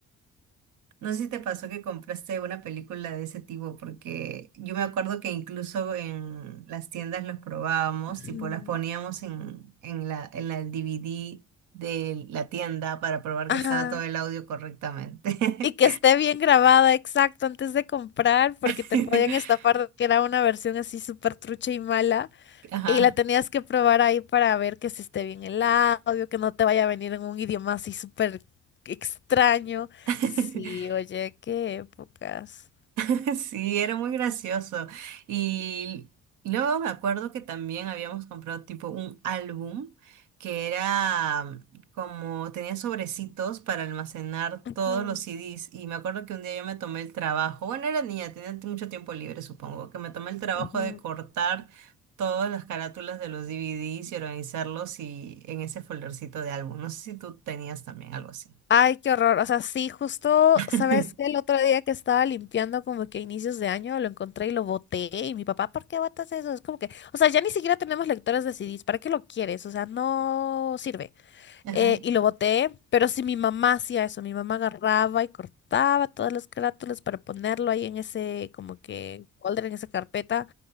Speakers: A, on the right; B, on the left.
A: No sé si te pasó que compraste una película de ese tipo, porque yo me acuerdo que incluso en las tiendas los probábamos,
B: Ujú.
A: tipo las poníamos en, en la, en la DVD de la tienda para probar
B: Ajá.
A: que estaba todo el audio correctamente.
B: Y que esté bien grabada, exacto, antes de comprar, porque
A: <laughs>
B: te podían estafar de que era una versión así súper trucha y mala,
A: Ajá.
B: y la tenías que probar ahí para ver que si esté bien el audio, que no te vaya a venir en un idioma así súper extraño.
A: <laughs>
B: Sí, oye, qué épocas.
A: <laughs> Sí, era muy gracioso. Y luego me acuerdo que también habíamos comprado tipo un álbum que era como tenía sobrecitos para almacenar
B: Ujú,
A: todos los CDs. Y me acuerdo que un día yo me tomé el trabajo, bueno, era niña, tenía mucho tiempo libre, supongo, que me tomé el trabajo
B: ujú.
A: de cortar todas las carátulas de los DVDs y organizarlos y en ese foldercito de álbum. No sé si tú tenías también algo así.
B: Ay, qué horror. O sea, sí, justo,
A: <laughs>
B: ¿sabes qué? El otro día que estaba limpiando como que a inicios de año lo encontré y lo boté. Y mi papá, ¿por qué botas eso? Es como que, o sea, ya ni siquiera tenemos lectores de CDs. ¿Para qué lo quieres? O sea, no sirve.
A: Ajá.
B: Eh, y lo boté, pero sí mi mamá hacía eso. Mi mamá agarraba y cortaba todas las carátulas para ponerlo ahí en ese, como que, folder, en esa carpeta